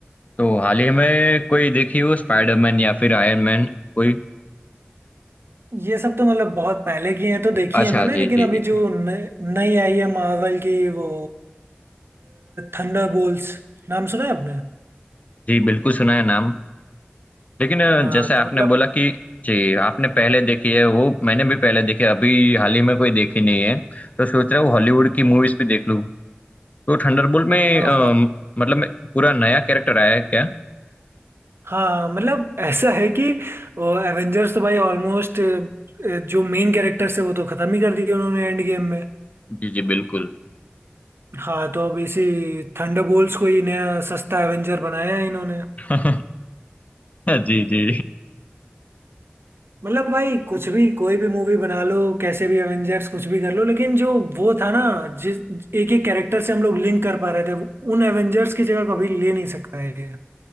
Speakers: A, on the left; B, on the right.
A: तो हाल ही में कोई देखी हो स्पाइडरमैन या फिर आयरन मैन कोई
B: ये सब तो मतलब बहुत पहले की हैं तो देखी
A: अच्छा
B: है मैंने
A: जी
B: लेकिन
A: जी
B: अभी
A: जी
B: जो न- नई आई है मार्वल की वो थंडरबोल्ट्स नाम सुना है आपने
A: जी बिल्कुल सुना है नाम लेकिन अ,
B: हाँ
A: जैसे आपने
B: तो मतलब
A: बोला कि जी आपने पहले देखी है वो मैंने भी पहले देखी है अभी हाल ही में कोई देखी नहीं है तो सोच रहा हूँ हॉलीवुड की मूवीज भी देख लूँ तो थंडरबोल्ट में
B: हाँ
A: अम, मतलब में पूरा नया कैरेक्टर आया है क्या
B: हाँ मतलब ऐसा है कि एवेंजर्स तो भाई ऑलमोस्ट जो मेन कैरेक्टर्स है वो तो खत्म ही कर दिए उन्होंने एंड गेम में
A: जी जी बिल्कुल
B: हाँ तो अब इसी थंडरबोल्ट्स को ही नया सस्ता एवेंजर बनाया है इन्होंने
A: <laughs> जी जी
B: मतलब भाई कुछ भी कोई भी मूवी बना लो कैसे भी एवेंजर्स कुछ भी कर लो लेकिन जो वो था ना जिस एक एक कैरेक्टर से हम लोग लिंक कर पा रहे थे उन एवेंजर्स की जगह कभी ले नहीं सकता है ये